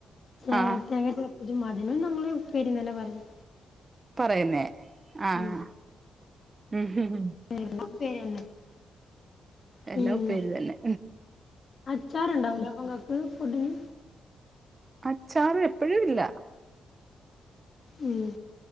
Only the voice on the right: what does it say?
ആ
പറയുന്നേ ആഹ്
ഉഹും
എല്ലാം ഉപ്പേരി തന്നെ
അച്ചാറ് എപ്പഴും ഇല്ല.